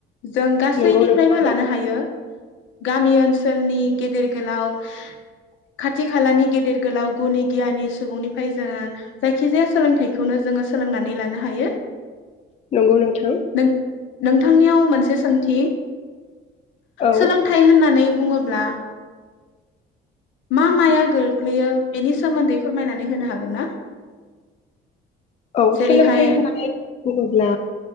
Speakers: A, on the left; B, on the left.
A: जों गासैनिफ्रायबो
B: नंगौ नोंथां
A: लानो हायो। गामि ओनसोलनि गेदेर गोलाव खाथि खालानि गेदेर गोलाव गुनि गियानि सुबुंनिफ्राय जोङो जायखिजाया सोलोंथाइखौनो जोङो सोलोंनानै लानो हायो।
B: नंगौ नोंथां
A: नों नोंथांनियाव मोनसे सोंथि
B: औ
A: सोलोंथाइ होननानै बुङोब्ला मा माया गोग्लैयो बेनि सोमोन्दै फोरमायनानै होनो हागोन ना?
B: औ
A: जेरैहाय
B: सोलोंथाइ होननानै बुङोब्ला